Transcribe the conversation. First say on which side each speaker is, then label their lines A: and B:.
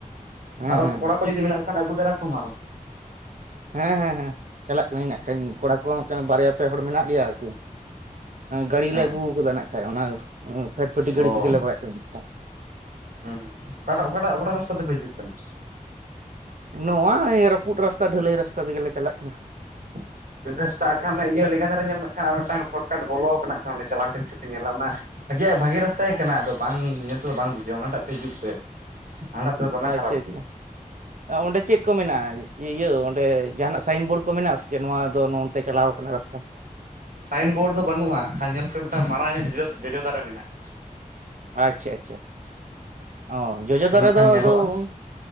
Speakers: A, on the right; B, on the right.
A: ᱦᱮᱸ
B: ᱟᱨᱚ
A: ᱦᱮᱸ
B: ᱠᱚᱲᱟ ᱠᱚ ᱡᱩᱫᱤ ᱢᱮᱱᱟᱜ ᱠᱚ ᱠᱷᱟᱱ ᱟᱹᱜᱩ ᱫᱟᱨᱟ ᱠᱚᱚᱢ ᱟᱨᱚ᱾
A: ᱦᱮᱸ ᱦᱮᱸ ᱦᱮᱸ ᱪᱟᱞᱟᱜ ᱠᱟᱹᱱᱟᱹᱧ ᱱᱟᱜᱠᱷᱟᱧ, ᱠᱚᱲᱟ ᱠᱚ ᱦᱚᱸ ᱱᱟᱜᱠᱷᱟᱱ ᱵᱟᱨᱭᱟ ᱯᱮ ᱦᱚᱲ ᱢᱮᱱᱟᱜ ᱞᱮᱭᱟ ᱟᱨᱠᱤ᱾ ᱜᱟᱹᱲᱰᱤᱞᱮ
B: ᱦᱮᱸ
A: ᱟᱹᱜᱩ ᱠᱟᱫᱟ ᱱᱟ ᱠᱷᱟᱱᱡ ᱚᱱᱟ ᱯᱷᱴ ᱯᱷᱴᱤ ᱜᱟᱹᱰᱤ
B: ᱚ
A: ᱛᱮᱜᱮᱞᱮ ᱵᱟᱜᱟᱜ ᱠᱟᱱᱟ ᱱᱟᱜᱠᱷᱟᱡ᱾
B: ᱦᱩᱸ ᱚᱠᱟᱴᱟᱜ ᱚᱠᱟᱴᱟᱜ ᱚᱠᱟᱟᱜ ᱨᱟᱥᱛᱟ ᱛᱮᱯᱮ ᱦᱤᱡᱩᱜ ᱠᱟᱱᱟ?
A: ᱱᱚᱣᱟ ᱮᱭ ᱨᱟᱹᱯᱩᱫ ᱨᱟᱥᱛᱟ ᱰᱷᱟᱹᱞᱟᱹᱭ ᱨᱟᱥᱛᱟ ᱛᱮᱜᱮᱞᱮ ᱪᱟᱞᱟᱜ ᱠᱟᱱᱟ᱾
B: <inaudible> ᱵᱟᱹᱞ ᱨᱟᱥᱛᱟ ᱟᱨ ᱠᱷᱟᱱ ᱚᱱᱮ ᱤᱭᱟᱹ ᱞᱮᱸᱜᱟ ᱫᱷᱟᱨᱮ ᱧᱮᱞ ᱢᱮ ᱟᱠᱷᱟᱱ ᱟᱨ ᱢᱤᱫᱴᱟᱝ ᱥᱚᱨᱚᱴᱠᱟᱴ ᱵᱚᱞᱚᱣ ᱠᱟᱱᱟ ᱱᱟᱜᱠᱷᱟᱱ ᱚᱸᱰᱮ ᱪᱟᱞᱟᱣ ᱠᱟᱛᱮ ᱠᱤᱷᱩᱯᱮ ᱧᱮᱞᱟ ᱚᱱᱟ ᱵᱷᱟᱜᱮᱭᱟᱜ ᱵᱷᱟᱜᱮ ᱨᱟᱥᱛᱟ ᱜᱮ ᱠᱟᱱᱟ ᱟᱫᱚ ᱵᱟᱝ ᱧᱮᱞ ᱛᱮᱫᱚ ᱵᱟᱝ ᱵᱩᱡᱷᱟᱹᱜ-ᱟ ᱚᱱᱟᱴᱟᱜ ᱛᱮ ᱦᱤᱡᱩᱜ ᱯᱮ᱾ ᱦᱟᱱᱟᱴᱟᱜ ᱛᱮᱫᱚ ᱫᱚᱢᱮ
A: ᱟᱪᱪᱷᱟ
B: ᱠᱷᱟᱨᱟᱯ
A: ᱟᱪᱪᱷᱟ
B: ᱜᱮᱭᱟ
A: ᱚᱸᱰᱮ ᱪᱮᱫ ᱠᱚ ᱢᱮᱱᱟᱜᱼᱟ ᱤᱭᱟᱹ ᱤᱭᱟᱹ ᱚᱸᱰᱮ ᱡᱟᱦᱟᱱᱟᱜ ᱥᱟᱭᱤᱱ ᱵᱳᱨᱰ ᱠᱚ ᱢᱮᱱᱟᱜᱼᱟ ᱥᱮ ᱪᱮᱫ ᱱᱚᱣᱟ ᱫᱚ ᱱᱚᱚᱱᱛᱮ ᱪᱟᱞᱟᱣ ᱟᱠᱟᱱᱟ ᱨᱟᱥᱛᱟ?
B: ᱥᱟᱭᱤᱱᱵᱳᱨᱰ ᱫᱚ ᱵᱟᱹᱱᱩᱜᱼᱟ ᱦᱟᱜᱠᱷᱟᱱ ᱧᱮᱞ ᱢᱮᱥᱮ ᱢᱤᱫᱴᱟᱝ ᱢᱟᱨᱟᱝ ᱧᱚᱜ ᱡᱚᱡᱚ ᱡᱚᱡᱚ ᱫᱟᱨᱮ ᱢᱮᱱᱟᱜᱼᱟ᱾
A: ᱟᱪᱪᱷᱟ ᱟᱪᱪᱷᱟ ᱚ ᱡᱚᱡᱚ ᱫᱟᱨᱮ
B: ᱧᱮᱞᱚᱜ ᱠᱷᱟᱱ
A: ᱫᱚ
B: ᱧᱮᱞᱚᱜᱼᱟ
A: ᱟᱫᱚ ᱩᱱ